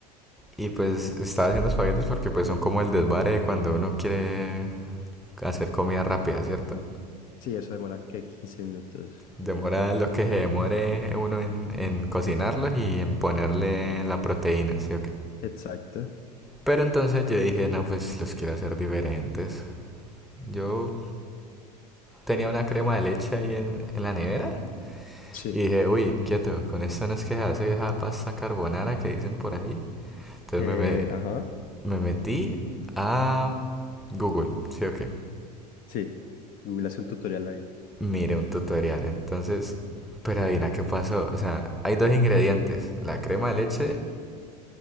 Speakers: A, in the centre; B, on the left.
A: y pues estaba haciendo espaguetis porque pues son como el desvare de cuando uno quiere hacer comida rápida, ¿cierto?
B: Sí, eso demora, ¿qué? quince minutos.
A: Demora lo que se demore uno en, en cocinarlos y en ponerle la proteína, ¿sí o qué?
B: Exacto.
A: Pero entonces yo dije, no, pues los quiero hacer diferentes. Yo tenía una crema de leche ahí en, en la nevera
B: Sí.
A: Y dije, uy, quieto, con esta no es que se hace esa pasta carbonara que dicen por ahí. Entonces
B: Eh,
A: me, me,
B: ajá.
A: me metí a Google, ¿sí o qué?
B: Sí. Google hace un tutorial ahí.
A: Mire un tutorial. Entonces, pero adivina qué pasó. O sea, hay dos ingredientes, la crema de leche